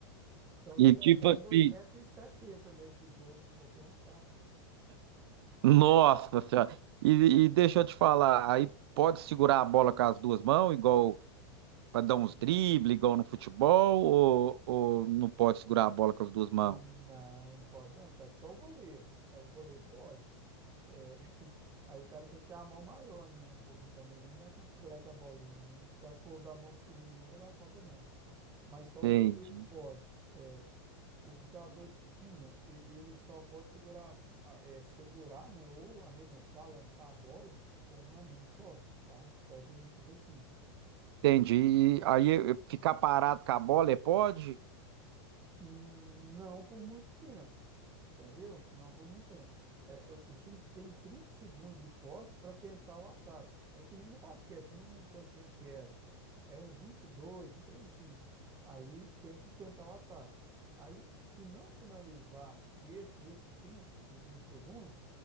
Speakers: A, on the right (about 20°); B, on the right (about 65°).
A: São, na
B: E
A: verdade,
B: tipo assim,
A: dois metros e setenta, né, de gol, se for pensar,
B: nossa senhora. E, e deixa eu te falar, aí pode segurar a bola com as duas mãos, igual para dar uns dribles, igual no futebol, ou, ou não pode segurar a bola com as duas mãos?
A: Não, não pode não, cara. Só o goleiro. É, o goleiro pode. É, <laughs> Aí o cara tem que ter a mão maior, né? Um pouquinho também. Não dá conta de segurar que a bolinha, né? Se o cara for da mão pequenininha, não vai dar conta, não. Mas só
B: Entendi.
A: o goleiro pode. O jogador de linha, e- ele só pode segurar, a bo- a- é, segurar, né? Ou arremessar, lançar a bola com uma mão só, tá? Só é permitido assim.
B: Entendi. E aí eu- eu ficar parado com a bola, é pode?
A: Hum, Não por muito tempo. Entendeu? Não por muito tempo. É, é, o time tem 30 segundos de posse para tentar o ataque. É que nem no basquete, eu não lembro quanto tempo que era. Era uns 22, um trem assim. Aí tem que tentar o ataque. Aí, se não finalizar nesse, nesse tempo de 30 segundos